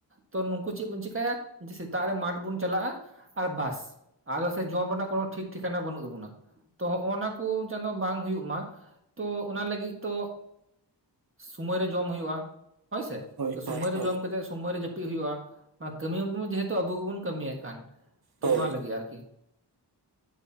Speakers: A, on the right; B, on the right.
A: ᱛᱚ ᱱᱩᱠᱩ ᱪᱮᱫ ᱵᱚᱱ ᱪᱮᱠᱟᱹᱭᱟ ᱥᱮᱛᱟᱜ ᱨᱮ ᱢᱟᱨᱴ ᱵᱚᱱ ᱪᱟᱞᱟᱜᱼᱟ ᱟᱨ ᱵᱟᱥ ᱟᱫᱚ ᱥᱮ ᱡᱚᱢ ᱨᱮᱱᱟᱜ ᱠᱚᱱᱚ ᱴᱷᱤᱠ ᱴᱷᱤᱠᱟᱱᱟ ᱵᱟᱹᱱᱩᱜ ᱛᱟᱵᱚᱱᱟ ᱛᱚ ᱚᱱᱟ ᱠᱚ ᱪᱟᱱᱚ ᱵᱟᱝ ᱦᱩᱭᱩᱜ-ᱢᱟ ᱛᱚ ᱚᱱᱟ ᱞᱟᱹᱜᱤᱫ ᱛᱚ ᱥᱩᱢᱚᱭ ᱨᱮ ᱡᱚᱢ ᱦᱩᱭᱩᱜᱼᱟ ᱦᱚᱭᱥᱮ
B: ᱦᱳᱭ
A: ᱛᱚ
B: ᱦᱳᱭ
A: ᱥᱚᱢᱚᱭ ᱨᱮ
B: ᱦᱳᱭ
A: ᱡᱚᱢ ᱠᱟᱛᱮᱜ ᱥᱚᱢᱚᱭ ᱨᱮ ᱡᱟᱹᱯᱤᱫ ᱦᱩᱭᱩᱜᱼᱟ ᱢᱟᱱᱮ ᱠᱟᱹᱢᱤᱭᱟ ᱢᱚᱫᱷᱮ ᱟᱵᱚ ᱜᱮᱵᱚᱱ ᱠᱟᱹᱢᱤᱭᱮᱫ ᱠᱟᱱ ᱛᱚ
B: ᱦᱳᱭ
A: ᱚᱱᱟ ᱞᱟᱹᱜᱤᱫ ᱟᱨᱠᱤ